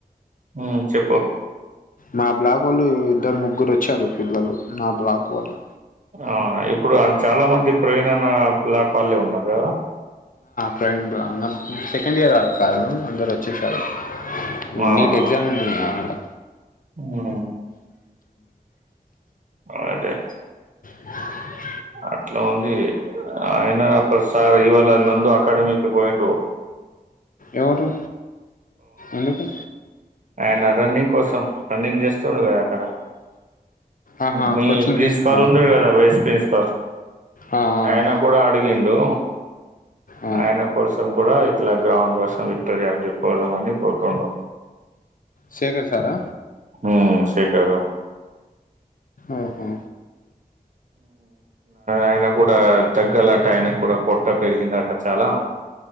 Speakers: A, on the right; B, on the left.
A: హు చెప్పు
B: మా బ్లాక్ వాళ్ళు ఇద్దరు ముగ్గురు వచ్చారు పిల్లలు నా బ్లాక్ వాళ్ళు
A: అవునా ఇప్పుడు చాలా మంది ప్రవీణ్ అన్న బ్లాక్ వాళ్ళే ఉన్నారు కదా
B: ఫ్రెండ్ బ సెకండ్ ఇయర్ వాళ్ కాలు అందరు వచ్చేసారు ఈ
A: అవునా
B: నీట్ ఎగ్జామ్ ఉంది అలా
A: హ్మ్ అదే
B: అ
A: అట్లా ఉంది ఆయనప్పడు సార్ ఇవాళ నందు అకాడమీకి పోయిడు
B: ఎవరు ఎందుకు
A: ఆయన రన్నింగ్ కోసం రన్నింగ్ చేస్తుండు కదా అక్కడ
B: ఆహా
A: మీ
B: కోచింగ్
A: ప్రిన్సిపాల్
B: తీసుకున్నాడా
A: ఉండడు కదా వైసు పేస్క
B: ఆ ఆ
A: అయన కూడాడా అడుగి ఎండూ
B: ఆ.
A: ఆయన కోసం కూడా ఇట్లా గ్రౌండ్ కోసం విక్టోరియా చెదా అని పోతుండారు
B: శేఖర్ సారా
A: ఉమ్ సెకారు
B: ఓహో
A: ఆయన కూడా తగ్గాలట ఆయన కూడా పొట్టా పెరిగింద అట చాలా